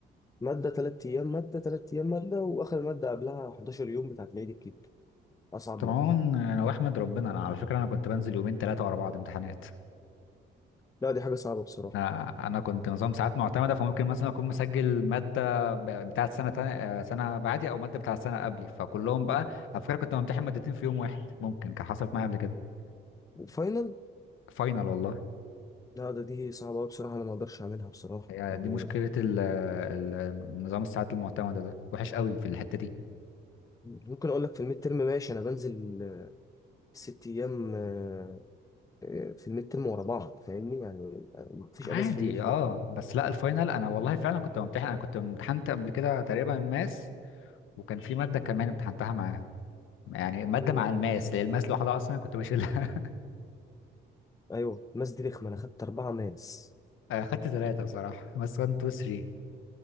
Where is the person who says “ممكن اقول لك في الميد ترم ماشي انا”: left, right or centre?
Left